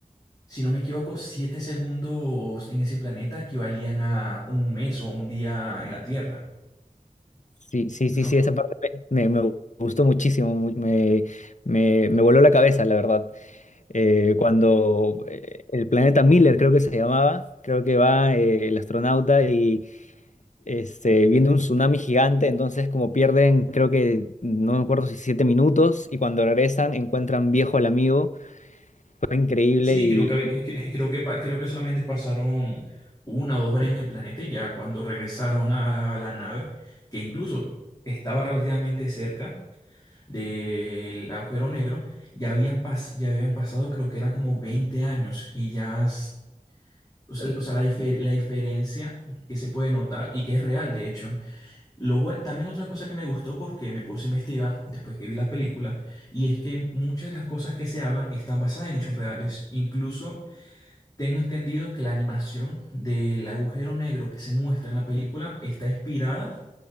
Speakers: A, on the left; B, on the left.
A: si no me equivoco, siete segundos en ese planeta equivalían a un mes o un día en la Tierra.
B: Sí, sí,
A: No.
B: sí, sí, esa parte me, me- me gustó muchísimo, mu- me, me, me voló la cabeza, la verdad. Eh, cuando eh, el planeta Miller, creo que se llamaba, creo que va eh, el astronauta y este, viene un tsunami gigante, entonces como pierden, creo que, no me acuerdo si siete minutos, y cuando regresan encuentran viejo al amigo, fue increíble
A: Sí,
B: y
A: creo que, había- cre- creo que, pa- creo que solamente pasaron una o dos horas en el planeta y ya cuando regresaron a la nave, que incluso estaba relativamente cerca. del agujero negro, ya habían, pas- ya habían pasado, creo que era como veinte años y ya, s- o sea, o sea, la, difer- la diferencia que se puede notar y que es real, de hecho. Lo buen- También otra cosa que me gustó porque me puse a investigar después que vi la película y es que muchas de las cosas que se hablan están basadas en hechos reales. Incluso tengo entendido que la animación del agujero negro que se muestra en la película está inspirada